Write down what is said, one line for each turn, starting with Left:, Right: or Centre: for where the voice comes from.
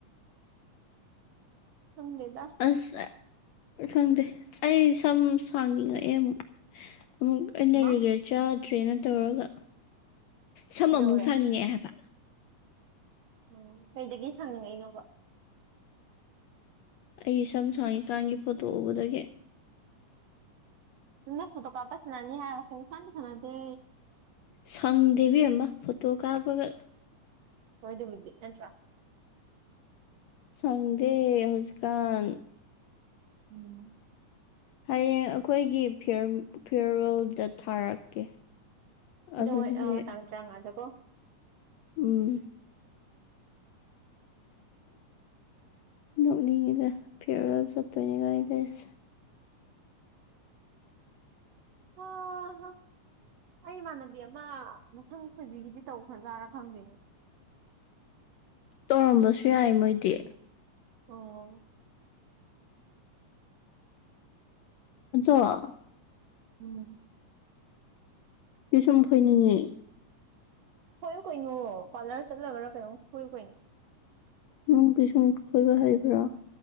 Right: ꯈꯪꯗꯦꯗꯥ
Left: ꯑꯁ ꯈꯪꯗꯦ ꯑꯩ ꯁꯝ ꯁꯥꯡꯅꯤꯡꯉꯛꯑꯦ ꯑꯃꯨꯛ ꯑꯃꯨꯛ ꯑꯩꯅ
Right: ꯃꯥ
Left: ꯔꯤꯒ꯭ꯔꯦꯠ ꯆꯥꯗ꯭ꯔꯦꯅ ꯇꯧꯔꯒ ꯁꯝ
Right: ꯀꯩꯗꯧꯔꯦ
Left: ꯑꯃꯨꯛ ꯁꯥꯡꯅꯤꯡꯉꯛꯑꯦ ꯍꯥꯏꯕ
Right: ꯑꯣ ꯀꯩꯗꯒꯤ ꯁꯥꯡꯅꯤꯡꯉꯛꯏꯅꯣꯕ
Left: ꯑꯩꯒꯤ ꯁꯝ ꯁꯥꯡꯉꯤꯀꯥꯟꯒꯤ ꯐꯣꯇꯣ ꯎꯕꯗꯒꯤ
Right: ꯅꯛ ꯐꯣꯇꯣ ꯀꯥꯞꯄ ꯏꯁꯟꯅꯅꯤ ꯍꯥꯏ ꯁꯨꯛꯁꯥꯟꯗꯤ ꯁꯥꯟꯅꯗꯦ
Left: ꯁꯪꯗꯦ ꯏꯕꯦꯝꯃ ꯐꯣꯇꯣ ꯀꯥꯞꯄꯒ
Right: ꯍꯣꯏꯗꯨꯕꯨꯗꯤ ꯅꯠꯇ꯭ꯔꯥ
Left: ꯁꯪꯗꯦ ꯍꯧꯖꯤꯛꯀꯥꯟ
Right: ꯎꯝ
Left: ꯍꯌꯦꯡ ꯑꯈꯣꯏꯒꯤ ꯐꯤ ꯐꯤꯌꯔꯋꯦꯜꯗ ꯊꯥꯔꯛꯀꯦ
Right: ꯀꯩꯗꯣ
Left: ꯑꯗꯨꯗꯗꯤ
Right: ꯍꯣꯏ ꯑ ꯇꯥꯡ ꯇꯔꯥꯉꯥꯗꯀꯣ
Left: ꯎꯝ ꯅꯣꯛꯅꯤꯡꯉꯤꯗ ꯐꯤꯔꯣꯋꯜ ꯆꯠꯇꯣꯏꯅꯦꯒꯥꯏ ꯇꯧꯁꯦ
Right: ꯍꯥ ꯍꯥ ꯑꯩ ꯏꯃꯥꯟꯅꯕꯤ ꯑꯃ ꯃꯁꯝ ꯈꯣꯏꯕꯤꯒꯤꯗꯤ ꯇꯧꯈ꯭ꯔꯖꯥꯔꯥ ꯈꯪꯗꯦꯅꯦ
Left: ꯇꯧꯔꯝꯕꯁꯨ ꯌꯥꯏ ꯃꯣꯏꯗꯤ
Right: ꯑꯣ
Left: ꯑꯆꯣ
Right: ꯎꯝ
Left: ꯄꯤꯁꯨꯝ ꯐꯣꯏꯅꯤꯡꯉꯤ
Right: ꯐꯣꯏꯌꯨ ꯀꯩꯅꯣ ꯄꯥꯔꯂꯔ ꯆꯠꯂꯒꯔ ꯀꯩꯅꯣꯝ ꯐꯣꯏꯌꯨ ꯀꯩꯅꯣ
Left: ꯅ ꯪ ꯄꯤꯁꯨꯝ ꯐꯣꯏꯕ ꯍꯩꯕ꯭ꯔꯣ